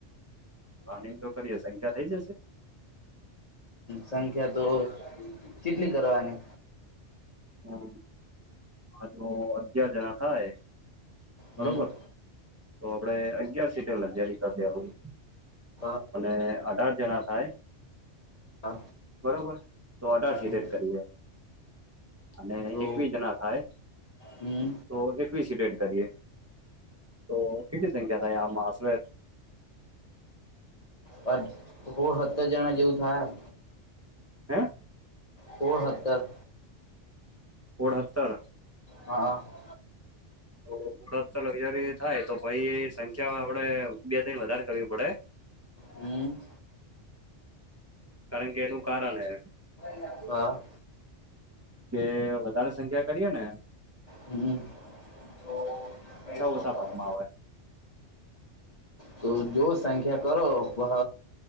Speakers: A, on the right (about 20°); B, on the left (about 35°).
A: પાણી તો કરીએ સંખ્યા થઈ જશે
B: સંખ્યા તો કેટલી કરવાની
A: હું હ જો અગિયાર જણા થાહે બરોબર.
B: હમ
A: તો આપડે અગિયાર સીટ. તે લજારી કર દેવા ની,
B: અ,
A: અને અઢાર જણા થાય.
B: અ,
A: બરોબર તો અઢાર સીટર
B: હમ,
A: કરીએ અને
B: તો
A: એકવીસ જણા થાય
B: હમ
A: તો એકવીસ ડેડ કરીએ, તો કેટલી સંખ્યા થાય આમાં આસરે
B: બટ હોલ હતર જણા જેવું થાય.
A: હ્યાં
B: હોળ હતર
A: હોળ હતર
B: હા હા
A: તો ઓળદ તો હરીયારી થાય તો પહિ સંખ્યા આપણે બે થઈને વધારે કરવી પડે
B: હમ્મ
A: કારણ કે એનું કારણ હે.
B: હ.
A: કે વધારે સંખ્યા કરીએ ને
B: હમ્મ તો પૈસા
A: ઓછા ભાગમાં આવે
B: તો જો સંખ્યા કરો બહ